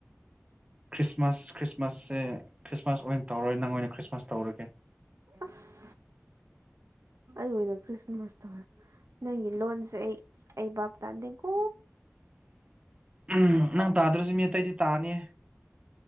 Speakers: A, on the right; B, on the right.
A: ꯈ꯭ꯔꯤꯁꯃꯥꯁ ꯈ꯭ꯔꯤꯁꯃꯥꯁꯁꯦ ꯈ꯭ꯔꯤꯁꯃꯥꯁ ꯑꯣꯏꯟ ꯇꯧꯔꯣꯏ ꯅꯪ ꯑꯣꯏꯅ ꯈ꯭ꯔꯤꯁꯃꯥꯁ ꯇꯧꯔꯒꯦ
B: ꯑꯁ ꯑꯩ ꯑꯣꯏꯅ ꯈ꯭ꯔꯤꯁꯃꯥꯁ ꯇꯧꯔ ꯅꯪꯒꯤ ꯂꯣꯟꯁꯦ ꯑꯩ ꯑꯩ ꯚꯥꯞ ꯇꯥꯗꯦꯀꯣ
A: <inaudible> ꯎꯨꯝ ꯅꯪ ꯇꯥꯗ꯭ꯔꯁꯨ ꯃꯤ ꯑꯇꯩꯗꯤ ꯇꯥꯅꯤꯌꯦ